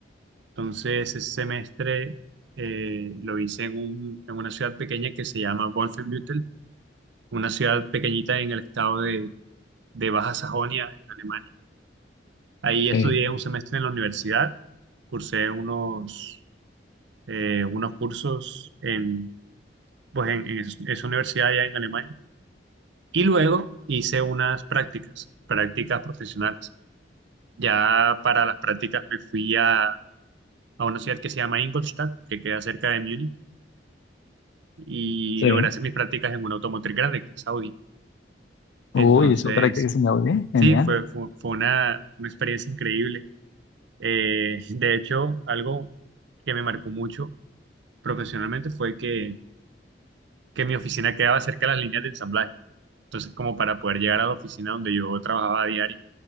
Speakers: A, on the right (about 80°); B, on the left (about 85°).
A: Entonces, ese semestre eh, lo hice en, un- en una ciudad pequeña que se llama Wolfenbüttel, una ciudad pequeñita en el estado de de Baja Sajonia, en Alemania. Ahí estudié
B: Sí,
A: un semestre en la universidad, cursé unos, eh, unos cursos en, pues en, en es- esa universidad allá en Alemania y luego hice unas prácticas, prácticas profesionales. Ya para las prácticas me fui a, a una ciudad que se llama Ingolstadt, que queda cerca de Múnich, y
B: sí.
A: logré hacer mis prácticas en una automotriz grande, que es Audi. Entonces,
B: Uy, eso para que se me oye, genial.
A: sí, fue, fue, fue una, una experiencia increíble Eh, de hecho, algo que me marcó mucho profesionalmente fue que, que mi oficina quedaba cerca de las líneas de ensamblaje. Entonces, como para poder llegar a la oficina donde yo trabajaba a diario,